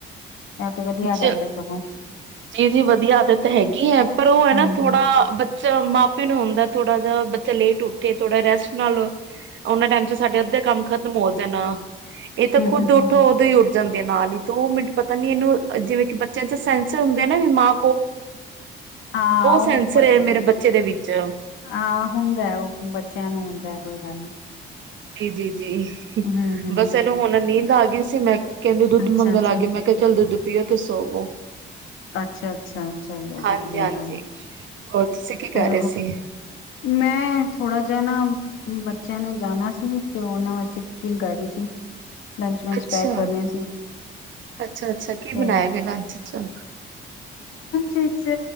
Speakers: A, on the left; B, on the right.
A: ਇਹ ਤੇ ਵਧੀਆ
B: ਚ
A: ਗੱਲ ਹੈ ਸਗੋਂ
B: ਜੀ- ਜੀ, ਵਧੀਆ ਆਦਤ ਤਾਂ ਹੈਗੀ ਹੈ। ਪਰ ਉਹ ਹੇ
A: ਹਮ
B: ਨਾ ਥੋੜਾ
A: ਹਮ
B: ਬੱਚਾ ਮਾਪੇ ਨੂੰ ਹੁੰਦਾ ਹੈ ਥੋੜਾ ਜਿਹਾ ਬੱਚਾ ਲੇਟ ਉੱਠੇ, ਥੋੜਾ ਰੈਸਟ ਨਾਲ, ਉਹਨਾਂ ਟਾਈਮ ਚ ਸਾਡੇ ਅੱਧੇ ਕੰਮ ਖਤਮ ਹੋ ਜਾਣ ਆ। ਇਹ ਤਾਂ
A: ਹਮ
B: ਖੁੱਦ
A: ਹਮ
B: ਉੱਠੋ,
A: ਹਮ
B: ਉਦੋਂ ਹੀ ਉੱਠ ਜਾਂਦਾ। ਦੇ ਨਾਲ ਹੀ ਦੋ ਮਿੰਟ ਪਤਾ ਨੀ ਇਹਨੂੰ। ਜਿਵੇਂ ਕਿ ਬੱਚਿਆਂ ਚ ਸੈਂਸਰ ਹੁੰਦੇ ਨੇ ਨਾ ਵੀ ਮਾ-
A: ਹਾਂ, ਉਹ
B: ਸੈਂਸਰ
A: ਬੱਚਾ
B: ਹੈ
A: ਹੇ,
B: ਮੇਰੇ ਬੱਚੇ ਦੇ ਵਿੱਚ
A: ਹਾਂ ਹੁੰਦਾ ਉਹ ਬੱਚਿਆਂ ਨੂੰ ਹੁੰਦਾ। ਕੋਈ ਗੱਲ ਨਹੀਂ।
B: ਜੀ, ਜੀ- ਜੀ
A: ਹਮ ਹਮ
B: ਬਸ ਇਹਨੂੰ ਹੁਣ ਨੀਂਦ ਆ ਗਈ- ਸੀ ਮੈਂ, ਕਹਿੰਦੀ ਦੁੱਧ
A: ਅੱਛਾ
B: ਮੰਗਣ
A: ਅੱਛਾ
B: ਆਗੀ, ਮੈਂ ਕਿਹਾ ਚੱਲ ਦੁੱਧ ਪੀਓ। ਤੇ ਸੋਵੋ।
A: ਅੱਛਾ-ਅੱਛਾ, ਚਲੋ
B: ਹਾਂਜੀ
A: ਵਧੀਆ
B: ਹਾਂਜੀ
A: ਗੱਲ ਹੈ।
B: ਹੋਰ, ਤੁਸੀਂ ਕੀ ਕਰ
A: ਤੇ
B: ਰੇ ਸੀ?
A: ਮੈਂ ਥੋੜ੍ਹਾ ਜਿਹਾ ਨਾ ਬੱਚਿਆਂ ਨੇ ਜਾਣਾ ਸੀ ਤੇ ਉਹਨਾਂ ਵਾਸਤੇ ਕੁਕਿੰਗ ਕਰ ਰਹੀ ਸੀ ਲੰਚ ਵੰਚ
B: ਅੱਛਾ
A: ਪੈਕ ਕਰਨੇ ਸੀ
B: ਅੱਛਾ ਅੱਛਾ ਕੀ
A: ਤੇ
B: ਬਣਾਇਆ ਵੇ ਲੰਚ ਚ
A: ਚ